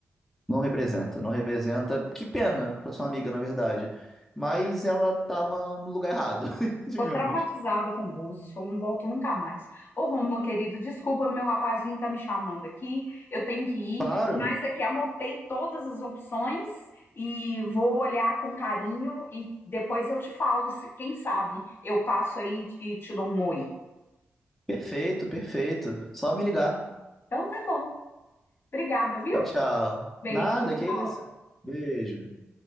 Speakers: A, in the centre; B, on the left.
A: não representa, não representa. Que pena pra sua amiga, na verdade. Mas ela tava no lugar errado, <laughs> digamos.
B: Ficou traumatizada com Búzios, falou, não volto nunca mais. Ô, Rômulo, querido, desculpa, meu rapazinho tá me chamando aqui, eu tenho que ir,
A: Claro.
B: mas aqui anotei todas as opções e vou olhar com carinho e depois eu te falo, se- quem sabe eu passo aí e te dou um oi.
A: Perfeito, perfeito. Só me ligar.
B: Então tá bom, obrigada, viu?
A: Tchau, tchau.
B: Beijo,
A: Nada,
B: tchau.
A: que isso. Beijo.